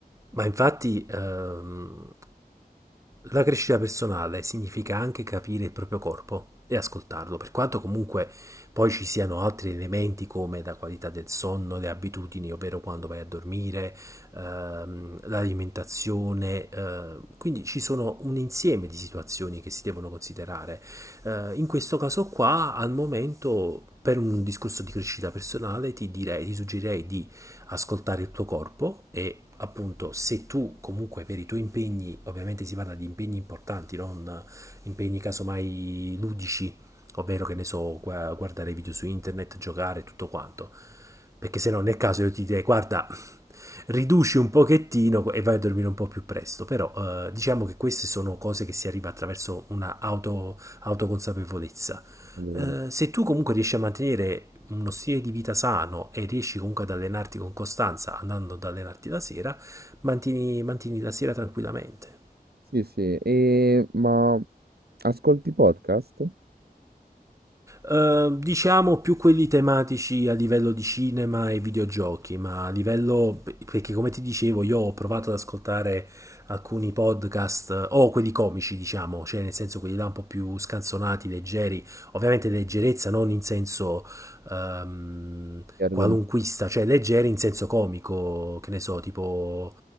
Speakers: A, on the right (about 20°); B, on the right (about 80°).
A: Ma infatti, ehm, la crescita personale significa anche capire il proprio corpo e ascoltarlo, per quanto comunque poi ci siano altri elementi come la qualità del sonno, le abitudini, ovvero quando vai a dormire, ehm, l'alimentazione, eh, quindi ci sono un insieme di situazioni che si devono considerare. Eh, in questo caso qua, al momento, per un discorso di crescita personale, ti direi, ti suggerirei di ascoltare il tuo corpo e appunto se tu comunque per i tuoi impegni, ovviamente si parla di impegni importanti, non impegni casomai ludici, ovvero che ne so, gua- guardare video su internet, giocare, tutto quanto. Perché se no nel caso io ti direi guarda, riduci un pochettino e vai a dormire un po' più presto, però eh, diciamo che queste sono cose che si arriva attraverso una auto, autoconsapevolezza
B: Allora,
A: eh, se tu comunque riesci a mantenere uno stile di vita sano e riesci comunque ad allenarti con costanza andando ad allenarti la sera, mantieni, mantieni la sera tranquillamente.
B: Sì, sì, e, ma Ascolti podcast?
A: Eh, diciamo più quelli tematici a livello di cinema e videogiochi, ma a livello perché come ti dicevo io ho provato ad ascoltare alcuni podcast eh, o quelli comici, diciamo, cioè nel senso quelli là un po' più scanzonati, leggeri, ovviamente leggerezza non in senso ehm,
B: Che argom
A: qualunquista, cioè leggeri in senso comico, che ne so, tipo